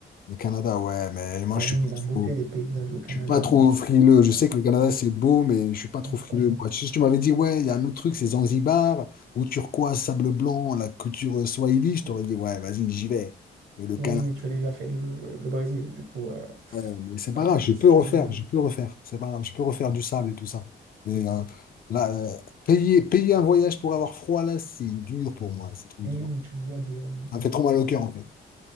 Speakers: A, on the left; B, on the right.
A: le Canada, ouais, mais moi,
B: Ah
A: je
B: oui,
A: suis pas
B: mais la beauté
A: trop.
B: des paysages au Canada,
A: Je suis pas trop
B: mais c'est
A: frileux. Je sais que le Canada,
B: incroyable.
A: c'est beau, mais je suis pas trop
B: incroyable.
A: frileux. Moi, si tu m'avais dit, ouais, il y a un autre truc, c'est Zanzibar, ou turquoise, sable blanc, la culture euh, swahili, je t'aurais dit, ouais, vas-y, j'y vais. Mais le
B: Oui,
A: Canada,
B: mais tu as déjà fait le, le Brésil, du coup, euh,
A: ouais, mais c'est pas
B: voilà,
A: grave, je
B: c'est
A: peux
B: si tu
A: refaire,
B: veux. hein.
A: je peux refaire. C'est pas grave, je peux refaire du sable et tout ça. Mais euh, là, euh, payer, payer un voyage pour avoir froid, là, c'est dur pour moi, c'est trop dur.
B: Oui, mais tu vois des, euh,
A: Ça me fait trop mal au cœur, en fait.